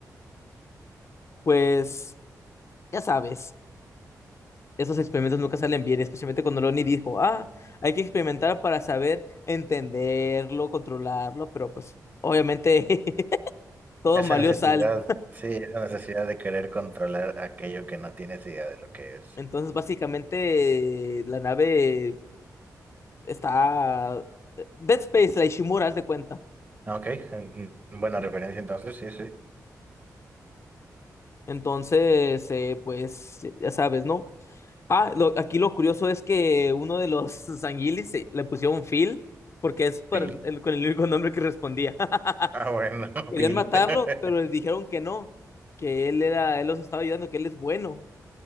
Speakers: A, on the left; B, on the right.
A: pues ya sabes, esos experimentos nunca salen bien, especialmente cuando la ONI dijo, ah, hay que experimentar para saber entenderlo, controlarlo, pero pues obviamente <laughs> todo
B: Esa
A: valió
B: necesidad,
A: sal.
B: sí, esa necesidad de querer controlar aquello que no tienes idea de lo que es.
A: Entonces, básicamente, la nave está... eh, Dead Space, la Ishimura, haz de cuenta.
B: Ah, Ok, mm, buena referencia entonces, sí, sí.
A: Entonces, eh, pues, ya sabes, ¿no? Ah, lo- aquí lo curioso es que uno de los <laughs> sanguilis se- le pusieron Phil porque es para
B: Pil.
A: el, con el único nombre que respondía. <laughs>
B: Ah, bueno, <laughs>
A: Querían
B: Pil.
A: matarlo,
B: <laughs>
A: pero les dijeron que no, que él era, él los estaba ayudando, que él es bueno.